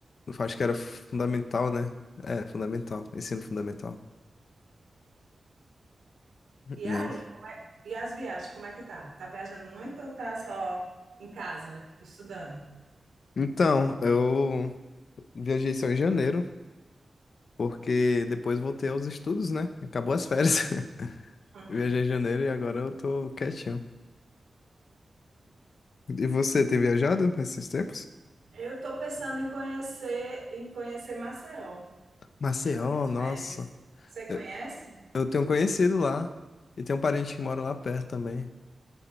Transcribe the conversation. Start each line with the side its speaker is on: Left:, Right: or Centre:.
Left: Acho que era fundamental, né? É, fundamental, ensino fundamental.
Right: E
Left: Né.
Right: aí, e as viagens, como é que tá? Tá viajando muito ou tá só em casa estudando?
Left: Então, eu viajei só em janeiro, porque depois voltei aos estudos, né? Acabou as férias. <laughs>
Right: <laughs>
Left: Viajei em janeiro e agora eu tô quietinho. E você, tem viajado esses tempos?
Right: Eu tô pensando em conhecer, em conhecer Maceió,
Left: Maceió,
Right: as minhas
Left: nossa.
Right: férias. Você conhece?
Left: Eu eu tenho um conhecido lá e tem um parente que mora lá perto também.